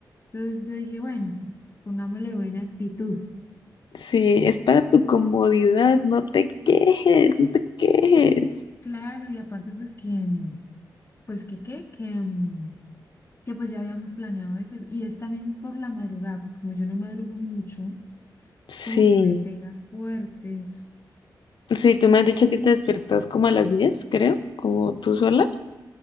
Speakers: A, on the left; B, on the left.
A: Entonces yo dije, bueno, sí, pongámosle buena actitud.
B: Sí, es para tu comodidad, no te quejes, no te quejes.
A: Claro, y aparte pues que, mm, pues que qué, que, mm, que pues ya habíamos planeado eso. Y es también es por la madrugada, porque como yo no madrugo mucho.
B: Sí.
A: Es como que me pega fuerte eso.
B: Sí, tú me has dicho que te despertas como a las diez, creo, como tú sola.